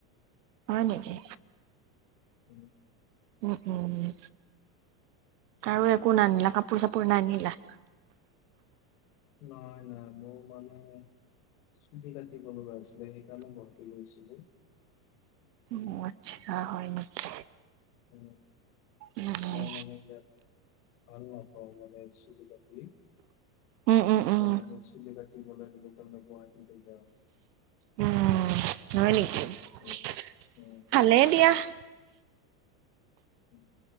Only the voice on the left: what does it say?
উম <inaudible>
নাই নাই মোৰ মানে চুবিকাতি ক গ আছে <inaudible> ছিল সেইকাৰণে গাহতি লৈছিলো <unintelligible>
উ
মই
মানে ইয়াত আ নপাও মানে একচুবেলি বাকী
নাই নাই নিশ্চি <inaudible> ত ম গ য <inaudible>
উম
উম
উম